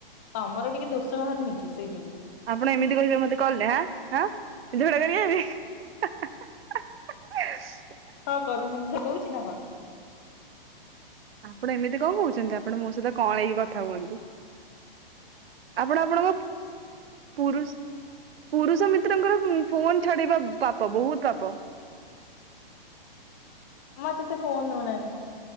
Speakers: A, on the left; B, on the right.
A: ତମର ଟିକେ ଦୋଷ ବାହାରୁନି କି ସେଇ ଯୋଗୁ।
B: ଆପଣ ଏମିତି କହିବେ ମତେ କଲରେ ଆଁ ଆଁ ଏଇ ଝଗଡା କରିବା ପାଇଁ ।
A: ହଁ କରୁଛନ୍ତି ଯେ କହୁଛି ନା କଣ?
B: ଆପଣ ଏମିତି କଣ କହୁଛନ୍ତି ଆପଣ ମୋ ସହିତ କଂଳେଇକି କଥା ହୁଅନ୍ତୁ। ଆପଣ ଆପଣଙ୍କ ପୁଷ ପୁରୁଷ ମିତ୍ରଙ୍କର ଫୋନ ଛଡେଇବା ପାପ ବହୁତ ପାପ।
A: ମତେ ସେ ଫୋନ ଦେଉନାନ୍ତି।